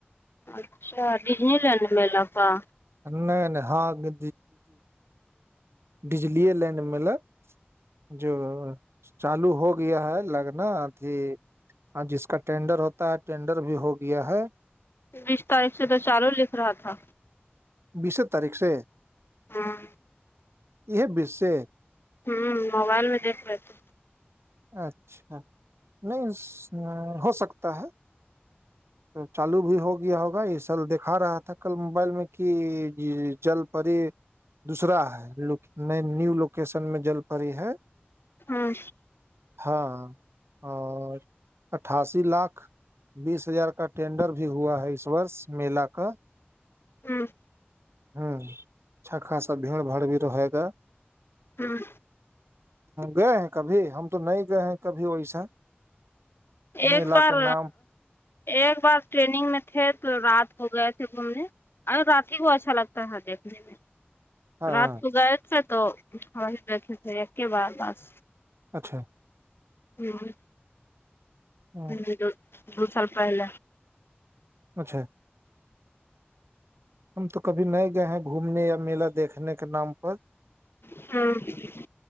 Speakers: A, on the left; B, on the right.
A: اچھا ڈزنی لینڈ میںلا تھاا
B: نہیں نہیں ہاںی ڈجلی لائن مل <inaudible> جو چالو ہو گیا ہے لگنا ا تھی ہاں جس کا ٹینڈر ہوتا ہے ٹینڈر بھی ہو گیا ہے
A: بیس تاریخ سے تو چالو لکھ رہا تھا
B: بیس تاریخ سے
A: ہاں
B: یہ بش <inaudible>
A: ہوں موبائل میں دیکھ لیتی
B: اچھا نہیں ہو سکتا ہے چالو بھی ہو گیا ہوگا یہ سل دکھا رہا تھا کل موبائل میں کہ جل پی دوسرا ہے نیو لوکیشن میں جل پڑی ہے
A: ہاں
B: ہاں اور اٹھاسی لاکھ بیس ہزار کا ٹینڈر بھی ہوا ہے اس وورس میلا کا
A: ہوں
B: ہوں چھکھا ساب بھیڑ باڑ بھی رہے گا
A: ہاں
B: گئے ہیں کبھی ہم تو نہیں گئے ہیں کبھی ویسا
A: ایک
B: میلا
A: بار
B: کا نام
A: ایک بار ٹریننگ میں تھے تو رات ہو گئے تھے گھومنے ارے رات ہی کو اچھا لگتا ہے دیکھنے میں
B: ہاں
A: رات کو گئے تو تو ہم بیھے ایک کے بار بس
B: اچھا
A: ہوں
B: ہوں،
A: ہ دو سولپ ہےل
B: اچھا ہم تو کبھی نہیں گئے ہیں گھومنے یا میلہ دیکھنے کے نام پر
A: ہاں